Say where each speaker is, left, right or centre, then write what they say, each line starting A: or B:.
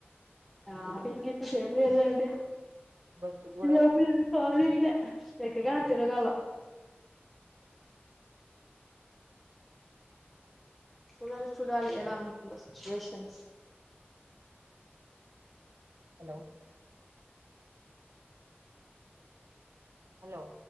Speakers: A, in the centre; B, on the right.
A: ఆ ఎ ఇప్పు కషేమ అదాంటే
B: బస్సు కూడా
A: ఆప్పుాల <unintelligible> ఎక్కకన తిరగాళ చూడాలి చూడాలి ఎలా ఉంటుందో సిచ్యువేషస్
B: హలో హలో